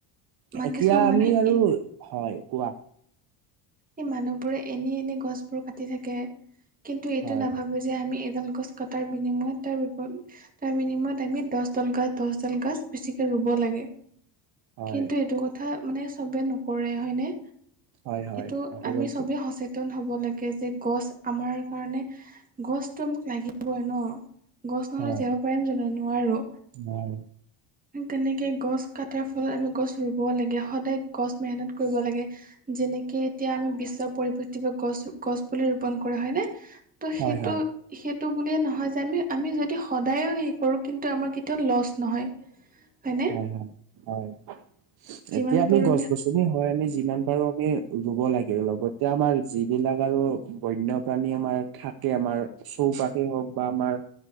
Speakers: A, on the right; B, on the right.
A: মান
B: এতিয়া
A: কিছুমান মানুহে
B: আমি আৰু
A: এ
B: হয় কোৱা।
A: এই মানুহবোৰে এনে এনে গছবোৰ কাটি থাকে কিন্তু এইটো
B: হয়,
A: নাভাবে যে আমি এডাল গছ কটাৰ বিনিময়ত তাৰ তাৰ বিনিময়ত আমি দহ <unintelligible> দাল গছ বেছিকে ৰুব লাগে।
B: হয়,
A: মানে চবে নকৰে হয়নে?
B: হয়, হয়,
A: এইটো
B: একেবাৰে
A: আমি সবেই
B: ঠিক
A: সচেতন হ'ব লাগে যে গছ আমাৰ কাৰণে গছটো আমাক লাগিবই ন' গছ নহ'লে
B: হয়,
A: যে পাৰিম জানো নোৱাৰোঁ।
B: হয়।
A: তেনেকে গছ কাটাৰ ফলত আমি গছ ৰুব লাগে সদায় গছ মেহনত কৰিব লাগে যেনেক এতিয়া আমি বিশ্ব পৰিৱেশ গছ গছ পুলি ৰোপন কৰা হয়নে? ত'
B: হয়,
A: সেইটো।
B: হয়,
A: সেইটো বুলিয়ে নহয় যে আমি আমি যদি সদায়ো হেৰি কৰোঁ কিন্তু আমাৰ কেতিয়াও লছ নহয়।
B: <unintelligible>
A: হয়নে?
B: হয়, হয়, হয়,
A: যিমান
B: এতিয়া আমি
A: পাৰোঁ
B: গছ গছনি হয় আমি যিমান পাৰো আমি ৰুব লাগে লগতে আমাৰ যিবিলাক আৰু বন্যপ্ৰাণী আমাৰ থাকে আমাৰ চৌপাশে হওক বা আমাৰ